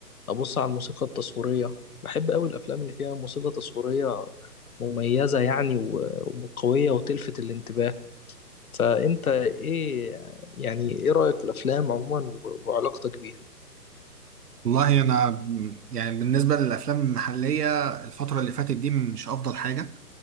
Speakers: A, on the left; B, on the right.
A: ابص على الموسيقى التصويرية بحب قوي الافلام اللي فيها موسيقى تصويرية مميزة يعني و- وقوية وتلفت الانتباه فانت ايه يعني ايه رأيك في الافلام عموما و- وعلاقتك بيها
B: والله انا م- يعني بالنسبه للافلام المحليه الفتره اللي فاتت دي مش افضل حاجه